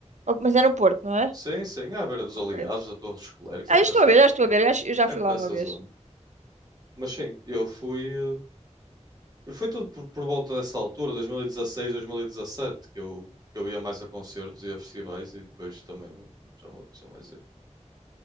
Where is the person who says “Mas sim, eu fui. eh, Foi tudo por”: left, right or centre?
Right